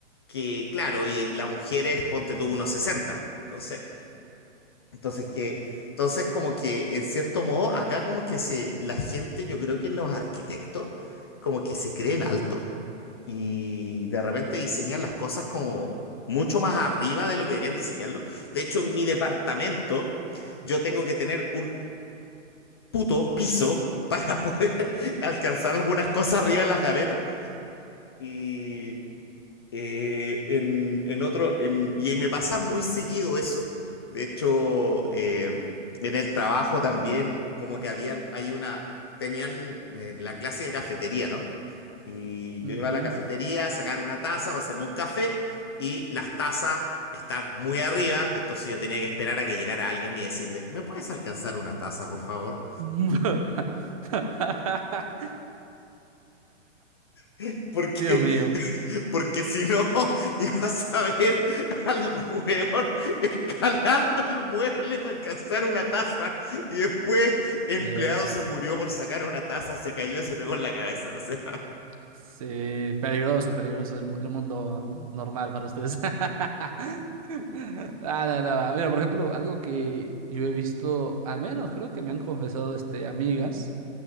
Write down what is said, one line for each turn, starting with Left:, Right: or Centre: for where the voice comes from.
Left: que claro, y, y la mujer es, ponte tú, unos sesenta Entonces, entonces que, entonces como que en cierto modo, acá como que se, la gente, yo creo que los arquitectos, como que se creen altos y de repente diseñan las cosas como mucho más arriba de lo que deberían diseñarlo. De hecho, en mi departamento, yo tengo que tener un puto piso para poder <laughs> alcanzar algunas cosas arriba en las gavetas. Y, Eh, en, en otro, en- y me pasa muy seguido eso. De hecho, eh, en el trabajo también, como que habían, hay una, tenían eh, la clásica cafetería, ¿no? Y
Right: Ujú.
Left: yo iba a la cafetería a sacar una taza para hacerme un café y las tazas están muy arriba, entonces yo tenía que esperar a que llegara alguien y decirle, ¿me puedes alcanzar una taza, por favor?
Right: <laughs>
Left: <laughs> Porque
Right: Dios mío.
Left: Porque si no, <laughs> ibas a ver al hueón escalando el mueble para alcanzar una taza. Y después, empleado
Right: Dios.
Left: se murió por sacar una taza, se cayó y se pegó en la cabeza. O sea,
Right: Sí, peligroso, peligroso el, mu- el mundo normal para ustedes. <laughs> Ah, no, no. Mira, por ejemplo, algo que yo he visto, al menos creo que me han confesado este, amigas.